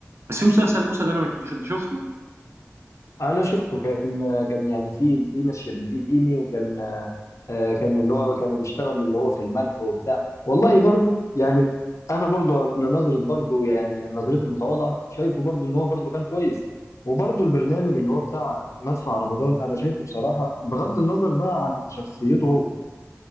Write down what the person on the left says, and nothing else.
انا شفته كان كان يعني في دينا الشربيني وكان آه، كان اللي هو كانوا بيشتغلوا اللي هو في الملح وبتاع والله برضو يعني انا برضو لنظره برضو يعني نظرتي المتواضعه شايفه برضو ان هو برضو كان كويس وبرضو البرنامج اللي هو بتاع مدفع رمضان انا شايفه بصراحه بغض النظر بقى عن شخصيته هو